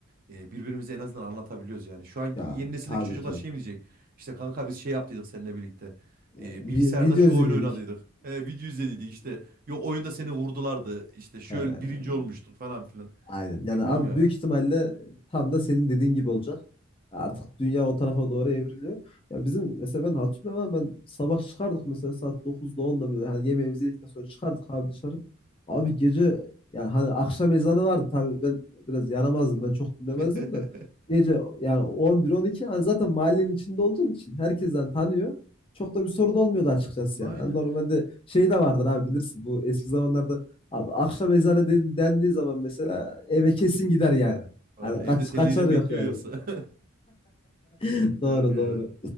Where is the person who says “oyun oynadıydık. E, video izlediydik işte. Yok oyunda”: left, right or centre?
Right